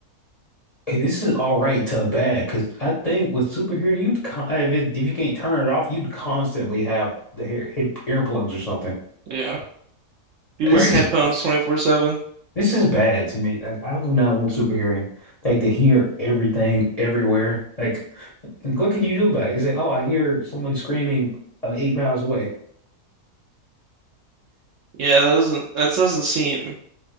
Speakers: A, on the left (about 35°); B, on the right (about 65°).
A: Hey, this is all right to bad because I think with superhero, you'd con if, it, if you can't turn it off, you'd constantly have the hair hit earplugs or something.
B: Yeah, be wearing
A: This
B: headphones
A: is
B: 24/7.
A: this is bad to me. Like I do not want superhearing, like to hear everything everywhere. Like, like, what can you do about it? You say, oh, I hear someone screaming uh, eight miles away.
B: Yeah, that doesn't that doesn't seem